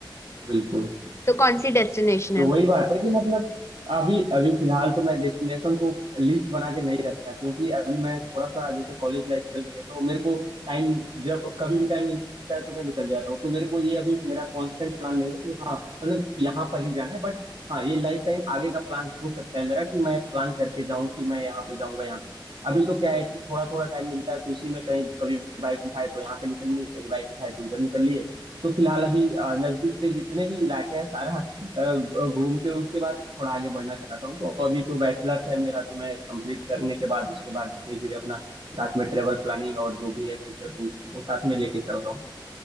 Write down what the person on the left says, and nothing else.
तो कौन सी डेस्टिनेशन
है
वो